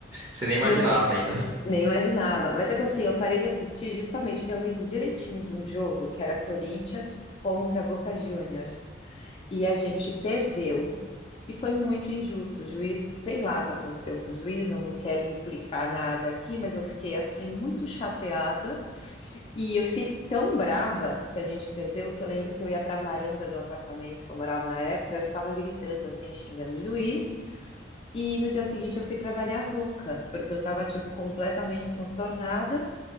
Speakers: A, on the right; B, on the left.
A: você nem imaginava
B: não,
A: ainda.
B: nem imaginava. Mas é que assim, eu parei de assistir justamente. Eu lembro direitinho de um jogo que era Corinthians contra Boca Juniors. E a gente perdeu. E foi muito injusto. O juiz, sei lá o que aconteceu com o juiz, eu não quero implicar nada aqui, mas eu fiquei assim muito chateada E eu fiquei tão brava que a gente perdeu que eu lembro que eu ia para a varanda do apartamento que eu morava na época, eu ficava gritando assim, xingando o juiz. E no dia seguinte eu fui trabalhar rouca, porque eu tava tipo completamente transtornada.